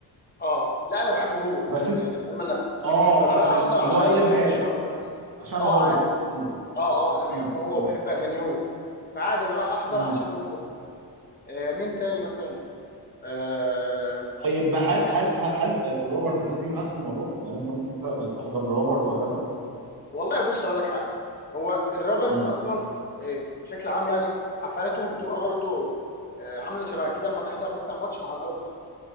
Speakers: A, on the left (about 20°); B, on the right (about 55°).
A: اه لا انا بحبه هو
B: بس انت
A: يعني فاهم انا
B: اه
A: انا رايح
B: اه فهمت
A: احضر
B: اللي
A: عشان
B: هو ايا
A: انا بحب
B: كان
A: الشخص نفسه
B: عشانه
A: اه
B: هو
A: عادي
B: مم.
A: اه اه انا بحبه
B: مم.
A: هو
B: مم.
A: وبحب اغانيه هو فعادي انا رايح احضر
B: مم.
A: عشان هو بس آه مين تاني مثلا آه
B: طيب هل هل هل آه، الروبرز داخلين معاك في الموضوع؟ يعني انت ممكن ت- تحضر الروبرز وهكذا؟
A: والله بص اقول لك حاجه هو الرابرز
B: مم.
A: اصلا آه بشكل عام يعني حفلاتهم بتبقى برضو آه عامله شبه كده اما تحضر مثلا ماتش مع الالتراس